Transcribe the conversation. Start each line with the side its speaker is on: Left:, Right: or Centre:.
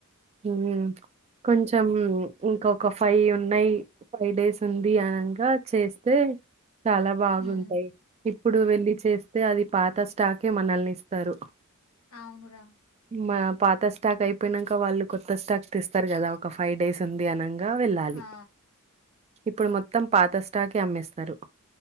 Right: ఊ కొంచెం ఇంక ఫైవ్ ఉన్నాయి ఫైవ్ డేస్ ఉంది అనంగా చేస్తే చాలా బాగుంటాయి
Left: ఉమ్
Right: ఇప్పుడు వెళ్లి చేస్తే అది పాత స్టాకే మనల్ని ఇస్తారు
Left: అవునురా
Right: మా పాత స్టాక్ అయిపోయినంక వాళ్ళు కొత్త స్టాక్ తేస్తారు కదా ఒక ఫైవ్ డేస్ ఉంది అనంగా వెళ్ళాలి.
Left: ఆ
Right: ఇప్పుడు మొత్తం పాత స్టాకే అమ్మేస్తారు.